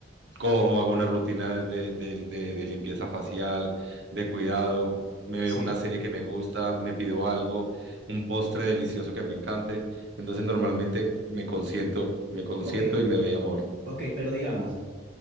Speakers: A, on the right; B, on the right.
A: cojo, hago una rutina de, de- de- de limpieza facial, de cuidado, me
B: sí,
A: veo una serie que me gusta, me pido algo, un postre delicioso que me encante. Entonces normalmente me consiento, me consiento
B: ok.
A: y me doy amor.
B: Ok, pero digamos,